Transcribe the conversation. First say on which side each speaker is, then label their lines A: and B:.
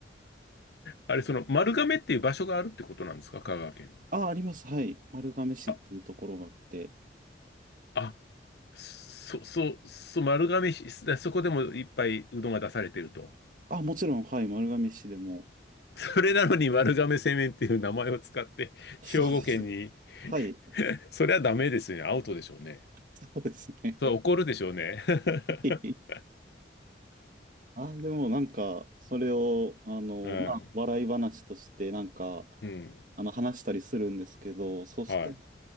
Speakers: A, on the left (about 65°); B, on the right (about 45°).
A: あれ、その丸亀っていう場所があるってことなんですか香川県に。
B: あ、あります。はい。丸亀市っていうところがあって。
A: あ、あ、そ、そ、そ、丸亀市、だそこでもいっぱいうどんが出されてると。
B: あ、もちろん、はい。丸亀市でも。
A: <laughs> それなのに丸亀製麺っていう名前を使って兵庫県に
B: そうです。はい。
A: <laughs> それはダメですよね。アウトでしょうね。
B: そうですね。
A: それ怒るでしょうね。
B: <laughs>
A: <laughs>
B: はいあ、でもなんか、それを、あの、
A: うん
B: まあ、笑い話として、なんか、
A: うん。
B: あの、話したりするんですけど、そうしたら、
A: はい。